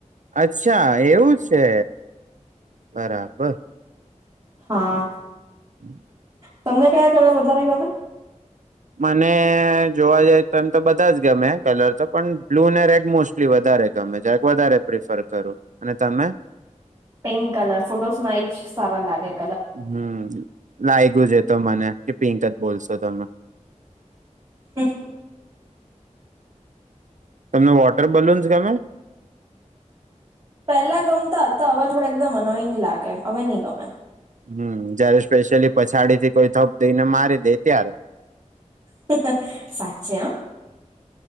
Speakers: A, on the right; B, on the right.
A: અચ્છા એવું છે બરાબર.
B: હા.
A: હમ.
B: તમને કયા કલર વધારે ગમે.
A: મને જોવા જઈ તો એમ તો બધા જ ગમે કલર તો પણ બ્લુ અને રેડ મોસ્ટલી વધારે ગમે છે વધારે પ્રિફર કરું અને તમે
B: પિંક કલર ફોટોસમાં એ જ સારા લાગે છે.
A: હમ લાયગું જ એ તો મને કે પિંક જ બોલશો તમે.
B: હ.
A: તમને વોટર બલૂન્સ ગમે?
B: પેલા ગમતા હતા. હવે થોડ એકદમ અનોયિંગ લાગે હવે નહ ગમે.
A: હમ જયારે સ્પેશિયલી પછાડી થી કોઈ થપ દઈને મારી દે ત્યારે
B: હ હ સાચે હ.